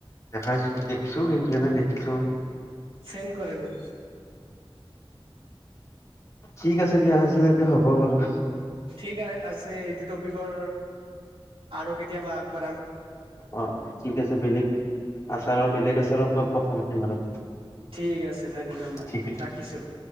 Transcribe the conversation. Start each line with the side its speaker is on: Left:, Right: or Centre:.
Left: দেখাইছো দেখছো কিন্তু এনে দেখিছো
Right: চেন কৰে বহুত
Left: ঠিক আছে দিয়া আজিলৈকে হ'ব বাৰু
Right: ঠিক আ আছে এইটো টপিকৰ আৰু কেতিয়াবা আগবাঢ়াম
Left: অ ঠিক আছে বেলেগ আচাৰৰ বেলেগ আচাৰৰ ওপৰত কথা পাতিম আৰু
Right: ঠিক আছে ধন্যবাদ
Left: ঠিক
Right: ৰাখিছোঁ